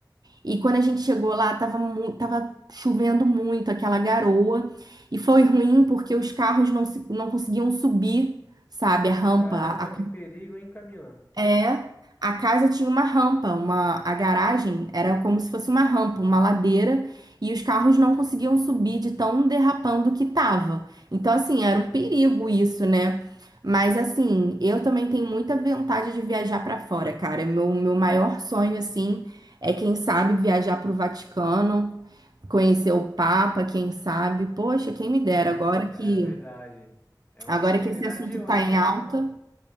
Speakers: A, on the right (about 60°); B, on the left (about 20°).
A: E quando a gente chegou lá, tava, mu- tava chovendo muito, aquela garoa, e foi ruim porque os carros não, se- não conseguiam subir, sabe, a rampa,
B: Caramba,
A: a
B: que perigo, hein, Camila?
A: é, a casa tinha uma rampa, uma, a garagem era como se fosse uma rampa, uma ladeira, e os carros não conseguiam subir de tão derrapando que tava. Então, assim, era um perigo isso, né? Mas, assim, eu também tenho muita vontade de viajar pra fora, cara. Meu, meu maior sonho, assim, é, quem sabe, viajar pro Vaticano, conhecer o Papa, quem sabe. Poxa, quem me dera,
B: <laughs>
A: agora que,
B: É verdade. É uma
A: agora
B: oportunidade
A: que esse assunto
B: única,
A: tá em
B: né,
A: alta,
B: Camila?